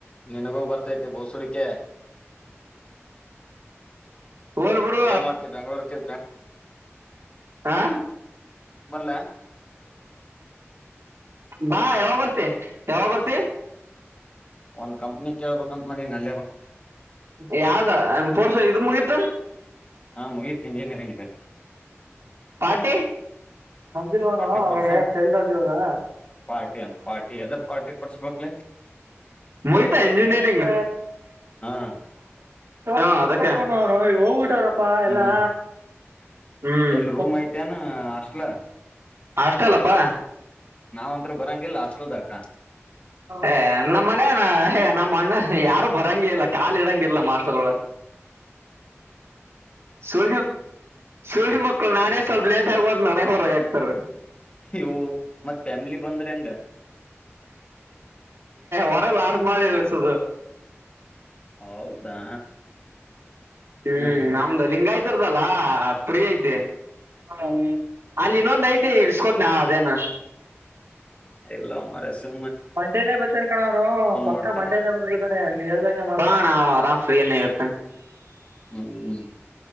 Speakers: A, on the left; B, on the right.
A: ನಿನಗೂ ಬರ್ತೈತಿ ಬೋಸುಡಿಕ
B: ಹೋಲ್ ಬಿಡು
A: ಮತ್ತೆ ಏನ್ ಮಾಡ್ತವಿ ಬೆ್ಯಾಂಗ್ಗಳೂರ್ಕ್ಕೆ ಬ್ಯಾಂಗ
B: ಹಾ
A: ಬರಲ
B: ಬಾ ಯಾವಾಗ ಬರ್ತೆ ಯಾವಾಗ ಬರ್ತಿ
A: ಒಂದ್ ಕಂಪ್ನಿ ಕೇಳ್ಬೇಕಂತ ಮಾಡಿ ನ
B: ಯಾವ್ದಾ ಪೋರ್ಸ ಇದ ಮುಗಿತ
A: ಹಾ ಮುಹಿತ್ ಇಂಜಿನಿಯರಿಂಗಗೆ
B: ಪಟಿ ಸಜಲ್ ವನ
A: ಹೊಟ್ಟಿ
B: ಅವರ
A: ಕೊಡ್ಸಂ
B: ಶೈಲ್ರಾಜು ಅವರ
A: ಪಾರ್ಟಿ ಅಂತ ಪಾರ್ಟಿ ಎದಾರ್ ಪಾರ್ಟಿ ಕೊಡಸ್ಬೇಕಕ್
B: ಮಹಿತಾ ಇಂಜಿನಿಯರಿಂಗ್
A: ಹಾ
B: ಸ ಹೋಗ್ಬಿಟ್ಟವ್ರಪ್ಪಾ ಎಲ್ಲಾ
A: ಹ್ಮ್
B: ಹ್ಮ್
A: ಎಲ್ಲಿ ರೂಮ್ ಐತೆೇನ ಹಾಸ್ಟ್ಲ
B: ಅಷ್ಟ ಅಲ್ಲಪ್ಪಾ
A: ನಾವ್ ಒಂತ್ರ ಬರಂಗಗೆಿಲ್ಲ ಹಾಸ್ಟೆಲ್ದಕ
B: ಏ ನಮ್ಮ ಮನಾನ ೇ ನಮ್ಮ ಅಣ್ಣ ಯಾರು ಬರಂಗ ಇಲ್ಲ ಕಾಾಲ ಇಡಂಗಿಲ್ಲ ಮಾಸ್ಟರ್ೊಳಗೆ
A: ಹ
B: ಸ ಸುಳಿ ಮಕ್ಕಳು ನಾನೇ ಸ್ವಲ್ಪ್ ಲೇಟ್ ಆಗೋದ್ ನನಗ್ ಹೊರಗೆ ಆಗ್ತಾರೀ
A: ಇವು ಮತ್ತ್ ಫ್ಯಾಮಿಲಿ ಬಂದ್ರೆ ಹಂಗ
B: ಒರ ಲಾರ ಮಾಡದಿದ
A: ಹೌದಾ
B: ಹ್ಮ್
A: ಹ ಹ
B: ನಮ್ದು ಲಿಂಗ ಆಯ್ತರ್ದಲ್ಲ ಫ್ರೀ ಐತೆ ಹ ಅಲ್ಲಿ ಇನ್ನೊಂದ್ ಐತಿ ಇಡ್ಸ್ಕೋತ್ ನಾವವು ಅದೇನ
A: ಇಲ್ಲ ಅಮರೆ ಸು
B: ಮಂಡೇನೇ ಬತೇನ್ ಕಣ ಅವನು ಪ
A: ಮಾಡ್ತೇನಿ
B: ಮಂಡೇನ ಬಾನ ನೀವ ಎಲ್ದರಾಮ್್ರೀ ಹತ್ತ
A: ಹ್ಮ್ ಹ್ಮ್